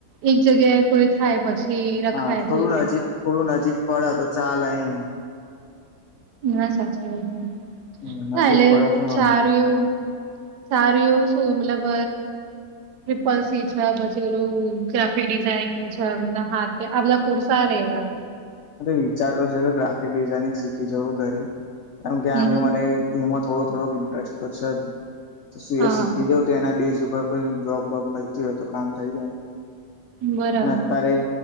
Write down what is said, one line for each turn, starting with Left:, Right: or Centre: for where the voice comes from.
Right: એક જગ્યાએ કોઈ થાય પછી રખાય
Left: હા થોડું
Right: છે.
Left: નજીક થોડું નજીક પડે તો ચાલે એમ,
Right: ના, સાચી વાત
Left: હમ્મ
Right: ના
Left: નજીક
Right: એટલે
Left: પડે તો વાંધો
Right: સારું
Left: નહી
Right: એવું. સારું એવું શું મતલબ, ટ્રિપલ સી છે પછી, ઓેલું ગ્રાફિક ડિઝાઇનિંગ નું છે બ હાથ આપલા કોુરસા રહેવા,
Left: વિચારતો છે, હ ગ્રાફિક ડિઝાઇનિંગ શીખી જવું ઘરે કેમ કે
Right: હમ
Left: આમે
Right: હમ
Left: મને, એમાં થોડો થોડોક ઇન્ટરેસ્ટ તો છે. જ શું
Right: હા
Left: એ શીખી જાવ, એના બેઝ ઉપર કોઈ જોબ વોબ મળતી હોય થઈ જાય.
Right: બરાબર
Left: અને અત્યારે